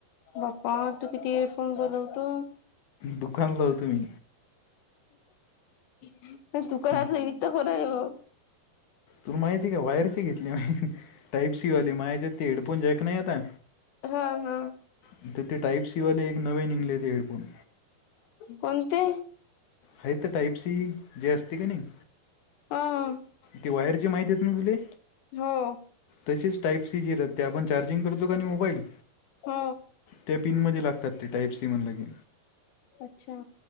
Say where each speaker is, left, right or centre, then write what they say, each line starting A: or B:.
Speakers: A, on the left; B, on the left.
A: बाप्पा! तू किती एअरफोन बदलतो?
B: दुकानला होतो मी
A: नाही तु घरात
B: हं,
A: नाही, म इथं आहे म?
B: तुला माहिती का? वायरची घेतल्या मी. टाईपसी वाली माझ्याकडं हेडफोन जे आहे की नाही आता.
A: हा हा
B: तिथं ते टाईप सीवाले एक नवे निघले ते हेडफोन.
A: कोणते?
B: हाय ते टाईप सी जे असते की नाही.
A: हा हा
B: ती वायर ची माहिती आहेत ना तुले?
A: हो.
B: तसेच टाईप सी जी राहते, आपण चार्जिंग करतो क नाही मोबाईल.
A: हो
B: त्या पिनमध्ये लागतात, ती टाईप सी म्हणलं की.
A: अच्छा